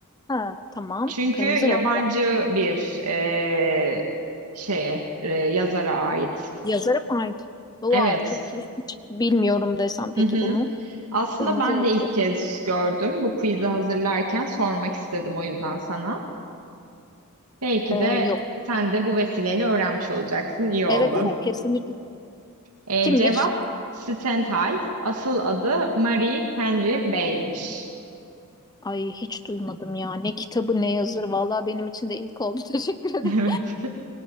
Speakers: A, on the left; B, on the right.
A: Ha, tamam.
B: Çünkü
A: Kırmızı
B: yabancı
A: ve Siyah.
B: bir ee, şeye e, yazara ait.
A: Yazarı mı ait? Wow,
B: Evet.
A: çok iyi. Hiç bilmiyorum desem peki
B: Hı hı.
A: bunu.
B: Aslında
A: Kırmızı
B: ben
A: ve
B: de ilk
A: Siyah.
B: kez gördüm. Bu quiz'i hazırlarken sormak istedim o yüzden sana. Belki
A: Ee,
B: de
A: yok.
B: sen de bu vesileyle öğrenmiş olacaksın. İyi
A: Evet
B: oldu.
A: evet kesinlikle.
B: Ee,
A: Kimmiş?
B: cevap Stenthal. Asıl adı Marie Henry Bale'miş. <laughs>
A: Ay hiç duymadım ya. Ne kitabı ne yazarı. Vallahi benim için de ilk oldu. <laughs> Teşekkür ederim.
B: Evet.